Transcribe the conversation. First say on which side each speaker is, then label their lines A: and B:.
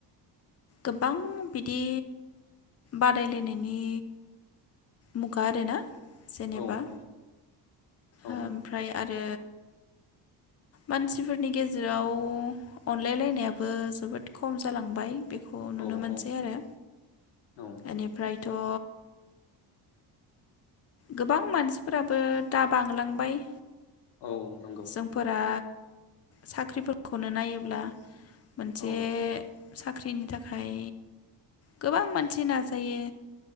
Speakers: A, on the left; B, on the left.
A: गोबां बिदि बादायलायनायनि मुगा आरोना जेनेबा
B: औ औ औ
A: ओमफ्राय आ आरो मानसिफोरनि गेजेराव अनलायलायनायाबो जोबोद खम जालांबाय खौ नुनो
B: औ
A: मोनसै
B: औ
A: आरो
B: औ
A: एनिफ्राय द गोबां मानसिफोराबो दा बांलांबाय
B: औ नंगौ
A: जोंफोरा साख्रिफोरखौनो नायोब्ला मोनसे
B: औ
A: साख्रिनि थाखाय गोबां मानसि नाजायो